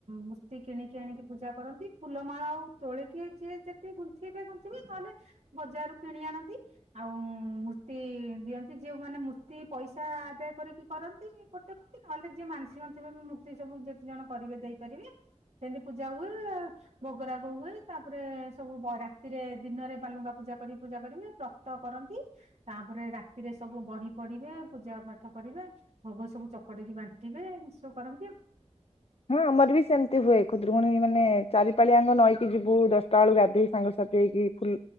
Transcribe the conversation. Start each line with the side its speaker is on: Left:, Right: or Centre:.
Right: ମୂର୍ତ୍ତି କିଣିକି ଆଣିକି ପୂଜା କରନ୍ତି ଫୁଲମାଳ ଆଉ ତୋଳି କିଏ ଯିଏ ଯେତିକି ଗୁନ୍ଥିବେ ଗୁନ୍ଥିବେ ନହେଲେ ବଜାରରୁ କିଣି ଆଣନ୍ତି ଆଉ ମୂର୍ତ୍ତି ଦିଅନ୍ତି ଯୋଉ ମାନେ ମୂର୍ତ୍ତି ପଇସା ଆଦାୟ କରିକି କରନ୍ତି ଗୋଟେ ମୂର୍ତ୍ତି ନହେଲେ ଯିଏ ମାଂସିକ ମାଂସିକ ମୂ ର୍ତ୍ତି ସବୁ ଯେତେ ଜଣ କରିବେ ଦେଇପାରିବେ ସେମିତି ପୂଜା ହୁଏ ଭୋଗରାଗ ହୁଏଇ ତାପରେ ସବୁ ବ ରାତିରେ ଦିନରେ ବାଲୁଙ୍କା ପୂଜା କରି ପୂଜା କରିବେ ବ୍ର ତ କରନ୍ତି ତାପରେ ରାତିରେ ସ ସବୁ ବହି ପଢିବେ ପୂଜା ପାଠ କରିବେ ଭୋଗ ସବୁ ଚକଟିକି ବାଣ୍ଟିବେ ଏ ସବୁ କରନ୍ତି ଆଉ।
Left: ହଁ ଆମର ବି ସେମିତି ହୁଏ ଖୁଦୁରୁକୁଣୀ ମାନେ ଚାରି ପାଳି ଆମର ନଈକି ଯିବୁ ଦଶଟା ବେଳକୁ ଗାଧେଇ ସାଙ୍ଗ ସାଥି ହେଇକି ଫୁଲ